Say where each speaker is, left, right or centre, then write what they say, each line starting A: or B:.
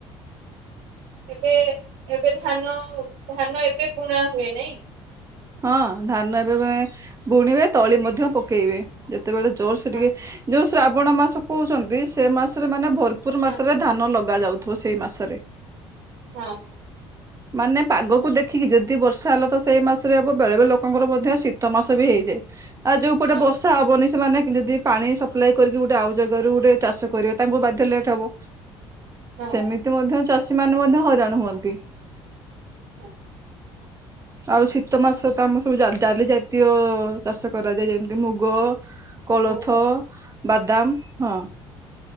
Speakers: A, on the right; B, on the right.
A: ଏବେ ଏବେ ଧାନ ଧାନ ଏବେ ବୁଣା ହୁଏନି
B: ହଁ ଧାନ ଏବେ ବୁଣିବେ ତଳି ମଧ୍ୟ ପକେଇବେ। ଯେତେବେଳେ ଜୋର ସେ
A: ହଁ
B: ଟିକେ ଯୋଉ ଶ୍ରାବଣ ମାସ କହୁଛନ୍ତି ସେ ମାସରେ ମାନେ ଭରପୁର ଭରପୁର
A: ହଁ
B: ମାତ୍ରାରେ ଧାନ ଲଗା ଯାଉଥିବ ସେଇ ମାସରେ।
A: ହଁ।
B: ମାନେ ପାଗକୁ ଦେଖିକି ଯଦି ବର୍ଷା ହେଲା ତ ସେଇ ମାସ ରେ ହବ ବେଳେ ବେଳେ ଲୋକଙ୍କର ମଧ୍ୟ ଶୀତ ମାସ ବି ହେଇଯାଏ ଆଉ ଯୋଉପଟେ
A: ହଁ
B: ବର୍ଷା
A: ହଁ
B: ହବନି ସେମାନେ ଯଦି ପାଣି ସପ୍ଲାଏ କରିକି ଗୋଟେ ଆଉ ଜାଗାରୁ ଗୋଟେ ଚାଷ କରିବ ତାଙ୍କୁ ବାଧ୍ୟ ଲେଟ୍ ହବ।
A: ହଁ ହଁ
B: ସେମିତି
A: ହଁ
B: ମଧ୍ୟ ଚାଷୀ ମାନ ମଧ୍ୟ ହଇରାଣ ହୁଅନ୍ତି।
A: ହୁଁ।
B: ଆଉ ଶୀତ ସୀତ ମାସ ତ ଆମର ସବୁ ଡାଲି ଜାତୀୟ ଚାଷ କରାଯାଏ ଯେମିତି ମୁଗ କୋଳଥ
A: ମୁଗ ହଁ।
B: ବାଦାମ ହଁ।